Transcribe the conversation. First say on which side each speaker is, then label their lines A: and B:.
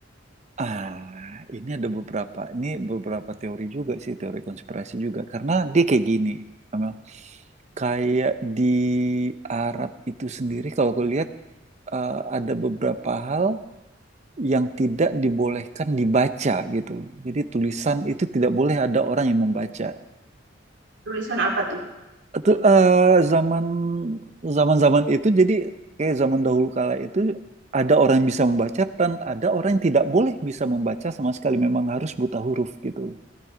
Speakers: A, on the right; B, on the right.
A: Ah, ini ada beberapa. Ini beberapa teori juga sih, teori konspirasi juga. Karena dia kayak gini, Amel. Kayak di Arab itu sendiri, kalau aku lihat eh, ada beberapa hal yang tidak dibolehkan dibaca gitu. Jadi tulisan itu tidak boleh ada orang yang membaca.
B: Tulisan apa tuh?
A: Itu eh, zaman zaman-zaman itu jadi kayak zaman dahulu kala itu ada orang yang bisa membaca dan ada orang yang tidak boleh bisa membaca sama sekali memang harus buta huruf gitu.